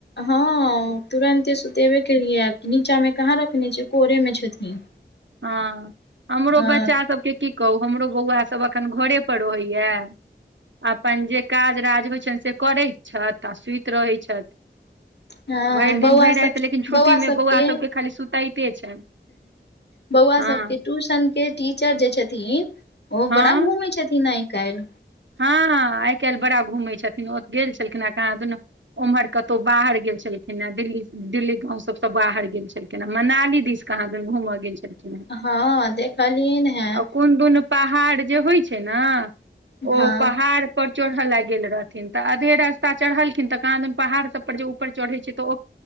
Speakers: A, on the left; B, on the right.
A: हँ तुरनंते सुतेबे केलियै नीचा मे कहाँ रखने छ कोरे में छथिन
B: हँ हमरो
A: अ
B: बच्चासभके की कहू हमरो बौआसभ एखन घरेपर रहैए अपन जे काज राज होइ छनि से करैत छथि आ सुति रहैत छथि
A: हँ
B: भरि
A: बौआ
B: दिन भरि
A: सब
B: रति लेकिन छुट्टी मे
A: सबके
B: बौआ सभके खाली सुताते छनि
A: बौआ
B: हँ
A: सबके ट्यूशन के टीचर जे छथिन ओ
B: हँ
A: बड़ा घूमै छथिन आइ काल्हि
B: हँ आई काल्हि बड़ा घूमै छथिन ओ गेल छलखिन आ कहाँ दुनू उम्हर कतहु बाहर गेल छलखिन हे दिल्ली दिल्ली गाँव सबसँ बाहर गेल छलखिन केना मनाली दिस केा घूम गेल छलखिन हेँ
A: हँ देखलिन हैं
B: आ कोन दुनू पहाड़ जे होइ छै ने
A: हँ
B: ओ पहाड़ ऊपर चढ़य ल गेल रहथिन त अधे रास्ता चढ़लखिन त क पहाड़ सभ पर जे ऊपर चढ़ै छै त ओ